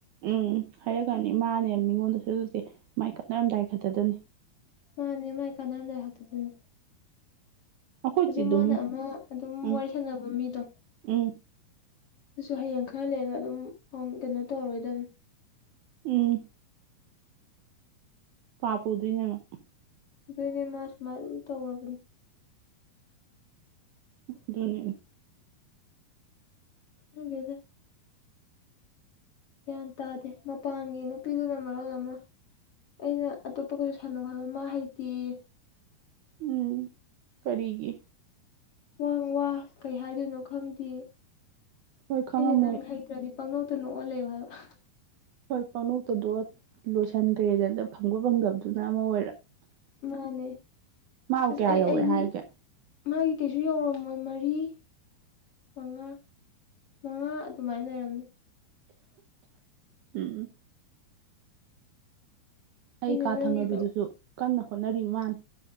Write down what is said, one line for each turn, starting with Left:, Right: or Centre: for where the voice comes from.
Right: ꯎꯝ ꯍꯥꯏꯔꯛꯀꯅꯤ ꯃꯥꯅꯦ ꯃꯤꯉꯣꯟꯗꯁꯨ ꯑꯗꯨꯁꯦ ꯃꯥꯏ ꯈꯠꯅꯔꯝꯗꯥꯏ ꯈꯛꯇꯗꯅꯤ
Left: ꯃꯥꯅꯦ ꯃꯥꯏ ꯀꯥꯟꯅꯔꯝꯗꯥꯏ ꯈꯛꯇꯗꯅꯦ
Right: ꯑꯩꯈꯣꯏꯗꯤ
Left: ꯍꯧꯖꯤꯛ
Right: ꯑꯗꯨꯝ
Left: ꯃꯥꯅ ꯑꯃ ꯑꯗꯨꯝ
Right: ꯎꯝ
Left: ꯋꯥꯔꯤ ꯁꯥꯟꯅꯕ ꯃꯤꯗꯣ
Right: ꯎꯝ
Left: ꯑꯗꯨꯁꯨ ꯍꯌꯦꯡ ꯈꯔ ꯂꯩꯔꯒ ꯑꯗꯨꯝ ꯍꯣꯡ ꯀꯩꯅꯣ ꯇꯧꯔꯣꯏꯗꯝꯅꯤ
Right: ꯎꯝ ꯄꯥꯞ ꯄꯨꯗꯣꯢꯅꯦ ꯃꯥ
Left: ꯄꯨꯗꯨꯏꯅꯦ ꯃꯥ ꯁꯨꯃꯥꯏꯅ ꯑꯗꯨꯝ ꯇꯧꯔꯕꯅꯦ
Right: ꯑꯗꯨꯅꯤ
Left: ꯈꯪꯗꯦꯗ ꯒ꯭ꯌꯥꯟ ꯇꯥꯗꯦ ꯃꯄꯥꯟꯒꯤ ꯅꯨꯄꯤꯗꯨꯅ ꯃꯔꯣꯜ ꯑꯃ ꯑꯩꯅ ꯑꯇꯣꯞꯄ ꯒꯁꯨ ꯁꯥꯟꯅꯧ ꯍꯥꯏꯕ ꯃꯥ ꯍꯩꯇꯦꯌꯦ
Right: ꯎꯝ ꯀꯔꯤꯒꯤ
Left: ꯋꯥ ꯋꯥ ꯀꯩ ꯍꯥꯏꯗꯣꯏꯅꯣ ꯈꯪꯗꯦꯌꯦ
Right: ꯍꯣꯏ ꯈꯪꯉꯝꯃꯣꯏ
Left: ꯑꯩꯅ ꯅꯪ ꯍꯩꯠ ꯍꯩꯇ꯭ꯔꯗꯤ ꯄꯥꯡꯅꯣꯛꯇ ꯅꯣꯛꯑ ꯂꯩꯌꯨ ꯍꯥꯏꯕ
Right: ꯍꯣꯏ ꯄꯡꯅꯣꯛꯇ ꯅꯣꯛꯑ ꯗꯣ ꯂꯣꯏꯁꯤꯟꯒ꯭ꯔꯦꯗꯅ ꯐꯪꯕ ꯐꯪꯗꯕꯗꯨꯅ ꯑꯃ ꯑꯣꯏꯔ
Left: ꯃꯥꯅꯦ
Right: ꯃꯥꯕꯨ
Left: ꯑꯁ
Right: ꯀꯌꯥ
Left: ꯑꯩ
Right: ꯌꯧꯔꯦ
Left: ꯑꯩꯒꯤ
Right: ꯍꯥꯏꯔꯒꯦ
Left: ꯃꯥꯒꯤ ꯀꯩꯁꯨ ꯌꯧꯔꯝꯃꯣꯏ ꯃꯔꯤ ꯃꯉꯥ ꯃꯉꯥ ꯑꯗꯨꯃꯥꯏꯟꯅ ꯂꯩꯔꯝꯅꯤ
Right: ꯎꯝ ꯎꯝ ꯑꯩ
Left: ꯑꯩꯅ
Right: ꯀꯥ
Left: ꯅꯪꯒꯤꯗꯣ
Right: ꯊꯪꯅꯕꯤꯗꯨꯁꯨ ꯀꯟꯅ ꯍꯣꯠꯅꯔꯤꯕꯥ ꯃꯥꯟꯅꯤ